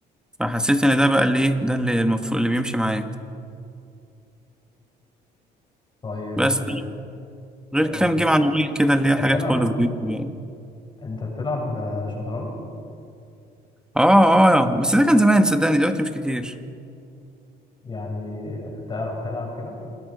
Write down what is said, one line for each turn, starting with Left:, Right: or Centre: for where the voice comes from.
Centre: فحسيت ان ده بقى اللي ايه ده اللي المفروض اللي بيمشي معايا
Left: طيب
Centre: بس غير
Left: آه،
Centre: كام جيم على الموبايل كده اللي
Left: انت
Centre: هي
Left: بتلعب
Centre: حاجات خالص دي يعني.
Left: انت بتلعب آه، شطرنج
Centre: اه اه بس ده كان زمان صدقني دلوقتي مش كتير
Left: يعني تعرف تلعب كده